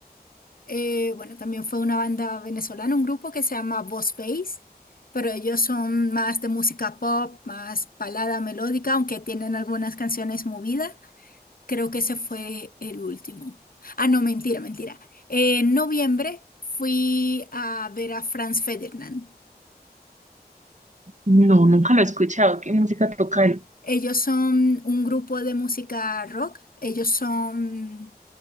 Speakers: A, on the left; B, on the right.
A: eh, bueno, también fue una banda venezolana, un grupo que se llama Boss Bass, pero ellos son más de música pop, más balada melódica, aunque tienen algunas canciones movidas. Creo que ese fue el último. Ah, no, mentira, mentira. En noviembre fui a ver a Franz Ferdinand.
B: No, nunca lo he escuchado. ¿Qué música toca él?
A: Ellos son un grupo de música rock. Ellos son